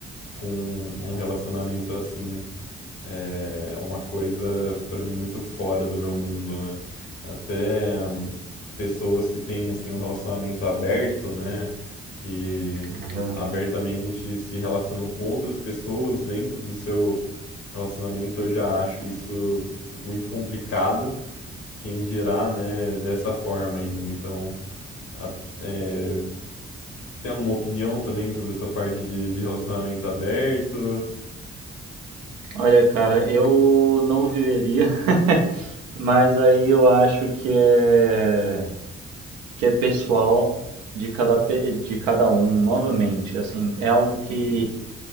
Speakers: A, on the left (about 75°); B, on the right (about 75°).
A: com um relacionamento assim. É é uma coisa para mim muito fora do meu mundo, né? Até hum, pessoas que têm assim um relacionamento aberto, né, que
B: Aham.
A: abertamente se relacionam com outras pessoas dentro do seu relacionamento, eu já acho isso muito complicado. Quem dirá, né, dessa forma ainda. Então, a, é, você tem alguma opinião também sobre essa parte de, de relacionamento aberto?
B: Olha, cara, eu não viveria, <laughs> mas aí eu acho que é, que é pessoal de cada, pe- de cada um, novamente. Assim, é algo que